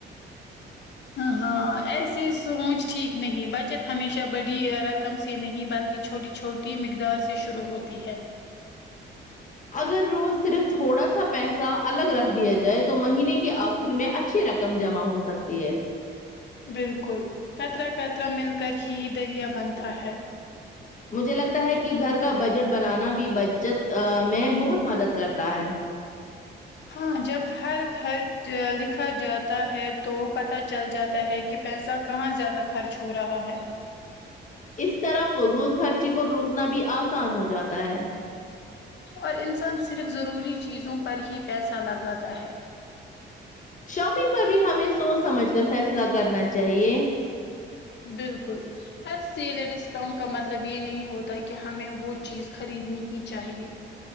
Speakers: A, on the left; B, on the left.
A: ہاں ایسی سوچ ٹھیک نہیں بچت ہمیشہ بڑی رقم سے نہیں بلکہ چھوٹی چھوٹی مقدار سے شروع ہوتی ہے
B: اگر روز صرف تھوڑا سا پیسہ الگ رکھ دیا جائے تو مہینے کے آ خر میں اچھی رقم جمع ہو سکتی ہے
A: بالکل خطرہ خطرہ مل کر ہی دریا بنتا ہے
B: مجھے لگتا ہے کہ گھر کا بجٹ بنانا بھی بجت میں بہت مدد کرتا ہے
A: ہاں جب ہر خرچ لکھا جاتا ہے تو پتہ چل جاتا ہے کہ پیسہ کہاں زیادہ خرچ ہو رہا ہے
B: اس طرح فضول خرچی کو روکنا بھی آسان ہو جاتا ہے
A: اور انسان صرف ضروری چیزوں پر ہی پیسہ لگاتا ہے
B: شاپنگ پر بھی ہمیں سوچ سمجھ کر فیصلہ کرنا چاہیے
A: بالکل ہر سیل یا ڈسکاؤنٹ کا مطلب یہ نہیں ہوتا کہ ہمیں وہ چیز خریدنی ہی چاہیے